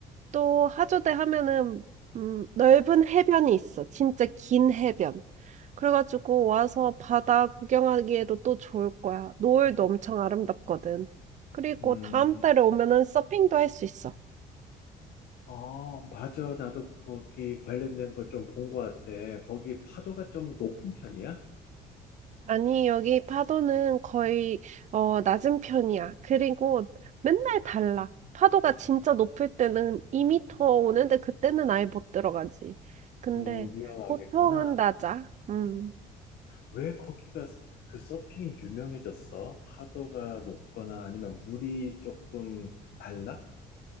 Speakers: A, on the right; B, on the left.
A: 또 하조대 하면은, 음, 넓은 해변이 있어. 진짜 긴 해변. 그래가지고 와서 바다 구경하기에도 또 좋을 거야. 노을도 엄청 아름답거든. 그리고
B: 음,
A: 다음 달에 오면은 서핑도 할 수 있어.
B: 어, 맞아. 나도 거기 관련된 걸 좀 본 것 같아. 거기 파도가 좀 높은 편이야?
A: 아니, 여기 파도는 거의, 어, 낮은 편이야. 그리고 맨날 달라. 파도가 진짜 높을 때는 2미터 오는데 그때는 아예 못 들어가지. 근데
B: 음, 위험하겠구나.
A: 보통은 낮아. 음.
B: 왜 거기가 스- 그 서핑이 유명해졌어? 파도가 높거나 아니면 물이 조금 달라?